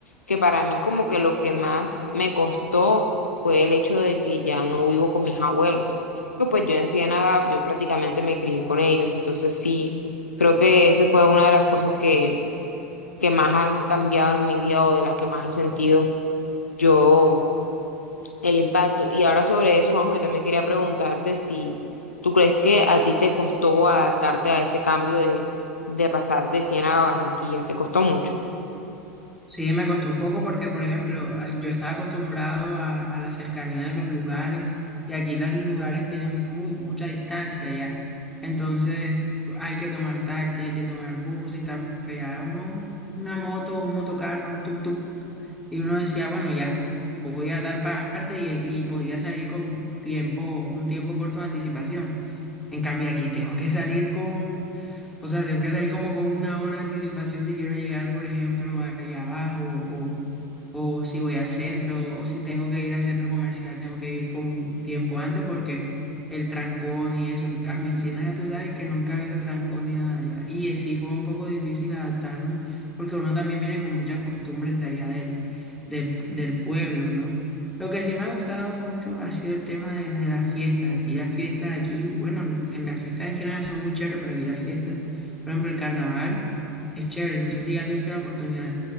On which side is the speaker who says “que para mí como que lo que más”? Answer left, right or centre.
Left